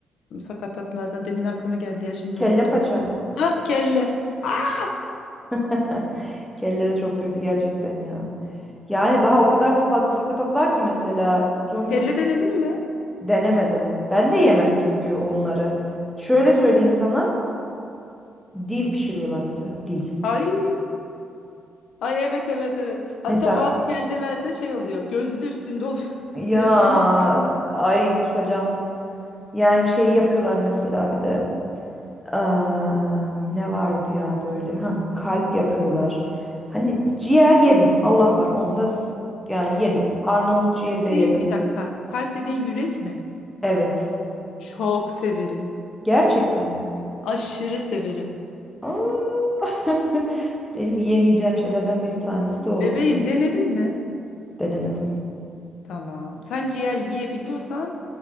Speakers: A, on the left (about 70°); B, in the centre.
A: Musakkatatlardan demin aklıma geldi ya şimdi
B: Kelle
A: unuttum.
B: paça mı?
A: Hah kelle. Ah,
B: <laughs> Kelle de çok kötü gerçekten ya. Yani daha o kadar fazla sakatat var ki mesela Songül
A: Kelle denedin mi?
B: denemedim. Ben de yemem
A: Ha.
B: çünkü onları. Şöyle söyleyeyim sana. Dil pişiriyorlar mesela dil.
A: Ay. Ay evet evet evet. Hatta
B: Mesela
A: bazı kellelerde şey oluyor. gözü de üstünde oluyor. <laughs>
B: Ya
A: Gözlerinde çıkıyor.
B: ay kusacağım. Yani şey yapıyorlar mesela bir de. Aa, ne vardı ya böyle? Ha, kalp yapıyorlar. Hani ciğer yedim. Allah var. Onda s- yani yedim. Arnavut ciğeri de
A: dediğin
B: yedim.
A: bir dakika. Kalp dediğin yürek mi?
B: Evet.
A: Çok severim.
B: Gerçekten mi?
A: Aşırı severim.
B: Aa, <laughs> benim yemeyeceğim şeylerden bir tanesi de o
A: Bebeğim
B: mesela.
A: denedin mi?
B: Denemedim.
A: Tamam. Sen ciğer yiyebiliyorsan